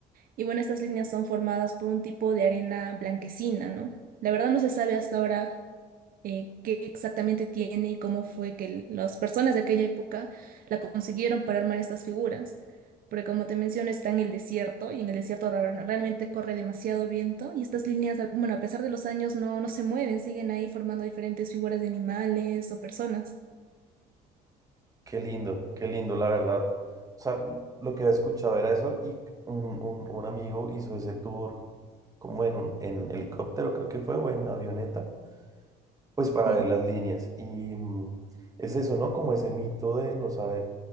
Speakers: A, on the right (about 60°); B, on the right (about 20°).
A: Y bueno, estas líneas son formadas por un tipo de arena blanquecina, ¿no? La verdad no se sabe hasta ahora eh, qué exactamente tiene y cómo fue que el- las personas de aquella época la consiguieron para armar estas figuras. Porque como te menciono, está en el desierto y en el desierto re- realmente corre demasiado viento y estas líneas, al- bueno, a pesar de los años, no, no se mueven, siguen ahí formando diferentes figuras de animales o personas.
B: Qué lindo, qué lindo, la verdad. O sea, lo que había escuchado era eso y un, un- un amigo hizo ese tour como en un en helicóptero, creo que fue, o en avioneta, pues para
A: Sí.
B: ver las líneas. Y mm, es eso, ¿no? Como ese mito de no saber